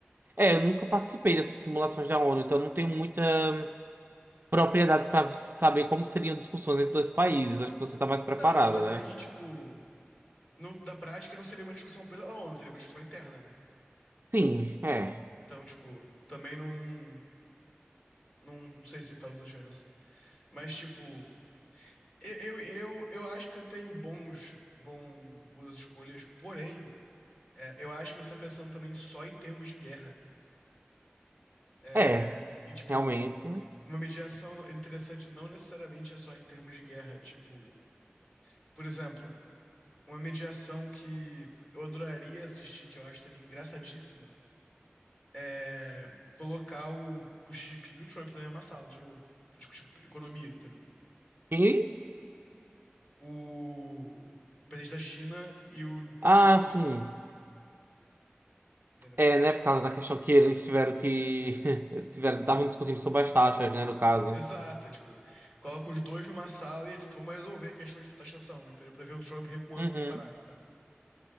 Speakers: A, on the right (about 55°); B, on the left (about 25°).
A: É, eu nunca participei dessas simulações da ONU, então eu não tenho muita propriedade para saber como seriam discussões entre dois países. Acho que você tá mais preparado,
B: Não, mas
A: né?
B: aí, tipo, não, da prática não seria uma discussão pela ONU, seria uma discussão interna, né?
A: Sim, é.
B: Então, tipo, também não, não, não sei se faz muita diferença. Mas, tipo, eu, eu, eu, eu acho que você tem bons, bom, boas escolhas, porém, é, eu acho que você tá pensando também só em termos de guerra. É,
A: É,
B: e, tipo,
A: realmente.
B: uma mediação interessante não necessariamente é só em termos de guerra. Tipo, por exemplo, uma mediação que eu adoraria assistir, que eu acho seria engraçadíssima, é colocar o, o Xi Jinping e o Trump na mesma sala, de novo, pra discutir economia, entendeu?
A: E,
B: O, o presidente da China e o,
A: ah,
B: e o Trump,
A: sim.
B: entendeu?
A: É, né? Por causa da questão que eles tiveram que. <laughs> tiveram, estavam discutindo sobre as taxas, né? No caso.
B: Exato, é tipo, coloca os dois numa sala e é tipo, vamos resolver a questão de taxação, entendeu? Pra ver o Trump recuando
A: Uhum.
B: sem parar, sabe?